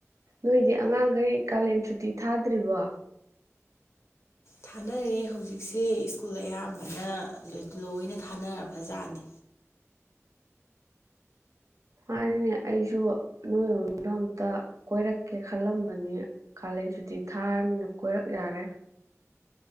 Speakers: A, on the right; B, on the left.
A: ꯅꯣꯏꯗꯤ ꯑꯉꯥꯡꯈꯩ ꯀꯥꯂꯦꯟ ꯁꯨꯇꯤ ꯊꯥꯗ꯭ꯔꯤꯕꯣ
B: ꯊꯥꯅꯔꯦ ꯍꯧꯖꯤꯛꯁꯦ ꯁ꯭ꯀꯨꯜ ꯑꯌꯥꯝꯕꯅ ꯂꯣꯏꯅ ꯊꯥꯅ ꯐꯖꯥꯠꯅꯤ
A: ꯑꯅꯤ ꯑꯩꯁꯨ ꯅꯣꯏ ꯌꯣꯗꯣ ꯑꯝꯇ ꯀꯣꯏꯔꯛꯀꯦ ꯈꯜꯂꯝꯕꯅꯤ ꯀꯥꯂꯦꯟ ꯁꯨꯇꯤ ꯊꯥꯔꯕꯅꯤꯅ ꯀꯣꯏꯔꯛ ꯌꯥꯔꯦ